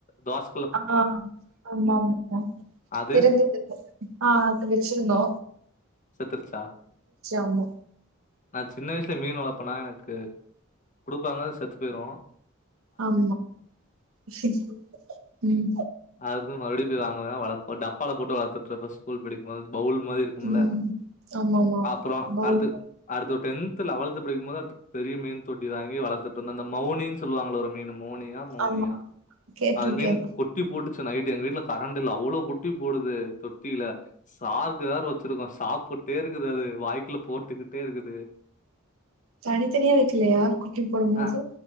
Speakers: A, on the left (about 40°); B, on the right (about 75°).
A: தோச
B: ஆ ஆமா ஆமா ஆ
A: அது
B: தெரிஞ்சது ஆ அது வச்சுருந்தோ
A: செத்துருச்சா
B: ஆமா
A: நா சின்ன வயசுல மீன் வளப்பனா எனக்கு குடுப்பாங்க செத்து போய்ரு
B: ஆமா ஃபிஷ் ம்
A: அது வந்து மறுபடியு போய் வாங்குவ வளப் டப்பால போட்டு வளத்துட்டுருப்பே ஸ்கூல் படிக்கும்போது பவுல் மாரி உங்கள
B: ம் ஆமாமா
A: அப்பறோ
B: பவுல்
A: அடுத்து அடுத்து டென்த் லவன்த்து படிக்கும்போது பெரிய மீன் தொட்டி வாங்கி வளத்துட்ருந்தோ அந்த மௌனி சொல்லுவாங்களோ ஒரு மீன் மௌனியா மோனியா
B: ஆமா கேட்டிருக்கேன்
A: அது மீன் குட் குட்டி போட்டுச்சு நைட்டு் எங்க வீட்ல கரண்ட் இல்ல அவ்ளோ குட்டி போடுது தொட்டில ஷார்கு வேற வச்சுருக்கோ சாப்புட்டே இருக்குது அது வாய்க்குல போட்டுக்கிட்டே இருக்குது
B: தனித்தனியா வைக்கலையா குட்டி போடும்போது
A: அஹ்